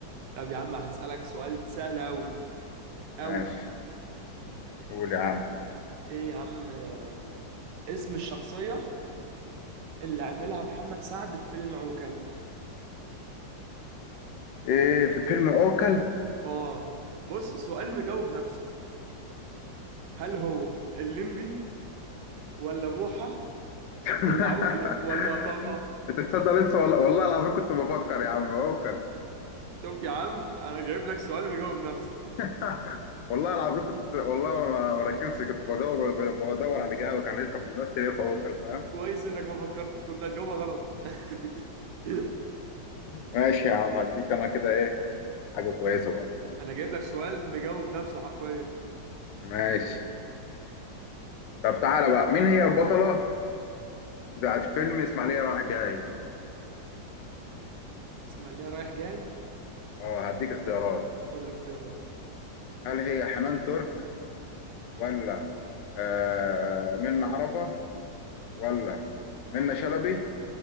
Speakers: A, on the right; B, on the left.
A: طب يا عم هسألك سؤال سهل أوي أوي
B: ماشي قول يا عم
A: ايه يا عم آه، اسم الشخصية اللي عملها محمد سعد في فيلم عوكل
B: ايه في فيلم اوكل
A: اه بص سؤال مجاوب نفسه هل هو الليمبي ولا بوحة
B: <laughs>
A: ولا عوكل ولا قطاطة
B: انت تصدق لسه والله والله العظيم كنت بفكر يا عم اوكل
A: شوف يا عم انا جايب لك سؤال مجاوب نفسه
B: <laughs> والله العظيم كنت والله ما ما ركزتش كنت بدور بدور على الاجابه كان كان بيمثل ايه في اوكل فاهم
A: كويس انك ما فكرتش كنت هتجاوبها غلط <laughs>
B: ماشي يا عم اديك انا كده ايه حاجه كويسه برضه يعني
A: انا جايب لك سؤال مجاوب نفسه حرفيا
B: ماشي طب تعالى بقى مين هي البطله بتاعت فيلم اسماعيليه رايح جاي
A: اسماعيلية رايح جاي
B: اه هديك اختيارات
A: قول لي اختيارات
B: هل هي حنان ترك ولا آه منة عرفه ولا منة شلبي